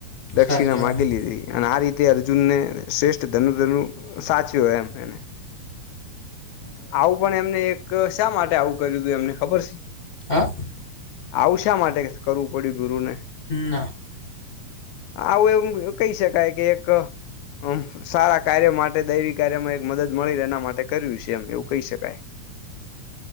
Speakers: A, on the left; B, on the left.
A: દક્ષિણમાંગલધ
B: સાચી વાત
A: અને આ રીતે અર્જુન ને શ્રેષ્ઠ ધનુરધનુ સાચ્યો હોય એમ એને આવું પણ એમને એક શા માટે આવું કર્યું હતું એમને ખબર છે
B: હા
A: આવું શા માટે કરવું પડ્યું ગુરુને
B: ના
A: આવું એવમ કહી શકાય કે એકમ સારા કાર્યો માટે દૈવી કાર્યમાં એક મદદ મળી એના માટે કર્યું છે એમ એવું કહી શકાય